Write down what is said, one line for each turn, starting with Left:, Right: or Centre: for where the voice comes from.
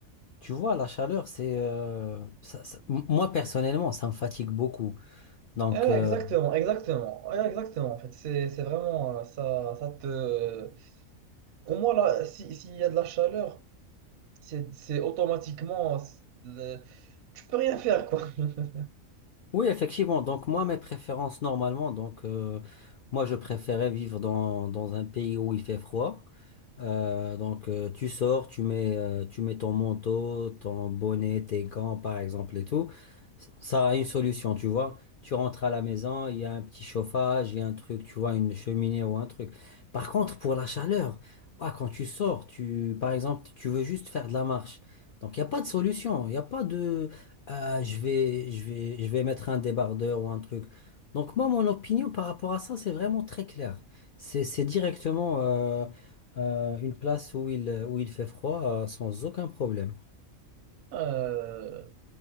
Left: tu vois la chaleur c'est euh, ça- ça- m- moi personnellement ça me fatigue beaucoup. Donc
Right: Eh ouais,
Left: euh,
Right: exactement, exactement, Ouais, exactement. En fait, c'est c'est vraiment euh, ça, ça te. Pour moi, là, si, s'il y a de la chaleur, c'est c'est automatiquement. euh, c'est le- Tu peux rien faire, quoi. <laughs>
Left: oui effectivement donc moi mes préférences normalement donc euh, moi je préférais vivre dans, dans un pays où il fait froid. Euh, donc euh, tu sors, tu mets, euh, tu mets ton manteau, ton bonnet, tes gants par exemple et tout. Ça a une solution, tu vois. Tu rentres à la maison, il y a un petit chauffage, il y a un truc, tu vois, une cheminée ou un truc. Par contre, pour la chaleur, ouah, quand tu sors, tu, par exemple, tu veux juste faire de la marche. Donc il n'y a pas de solution, il n'y a pas de euh, je vais, je vais, je vais mettre un débardeur ou un truc. Donc moi, mon opinion par rapport à ça, c'est vraiment très clair. C'est c'est directement... euh, euh, une place où il, où il fait froid euh, sans aucun problème.
Right: Euh,